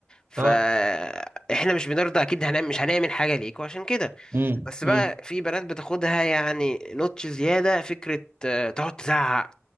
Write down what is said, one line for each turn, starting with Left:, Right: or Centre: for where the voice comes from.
Left: فاحنا
Right: اه
Left: مش بنرضى اكيد هنعمل مش هنعمل حاجه ليكوا عشان كده
Right: امم
Left: بس بقى
Right: امم
Left: في بنات بتاخدها يعني نوتش زياده فكره آه، تقعد تزعق